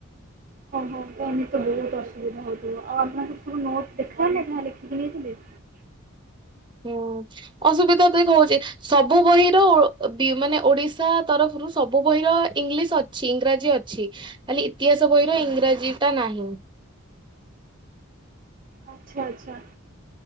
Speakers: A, on the right; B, on the right.
A: ଓହୋ ତ ଏମିତି ବହୁତ ଅସୁବିଧା ହଉଥିବ ଆଉ ଆପଣଙ୍କର ସବୁ ନୋଟ୍ ଦେଖା ହେଲେ ଯାହା ଲେଖିକି ନେଇଥିଲେ।
B: ହୁଁ ଅସୁବିଧା ଦେଖ ହଉଛି। ସବୁ ବହିର ମାନେ ଓଡିଶା ତରଫରୁ ସବୁ ବହିର ଇଂଲିଶ ଅ ଛି ଇଂରାଜୀ ଅଛି ଖାଲି ଇତିହାସ ବହିର ଇଂରାଜୀଟା ନାହିଁ।
A: ଆଛା ଆଚ୍ଛା